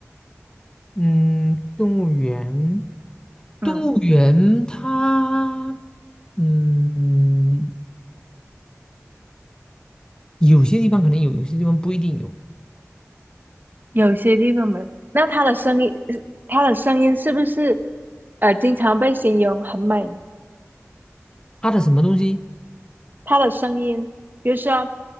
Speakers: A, on the left; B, on the right.
A: 嗯，动物园，
B: 嗯，
A: 动物园它，嗯，有些地方可能有，有些地方不一定有。
B: 有些地方没。那它的声音，呃它的声音是不是呃，经常被形容很美？
A: 它的什么东西？
B: 它的声音，比如说，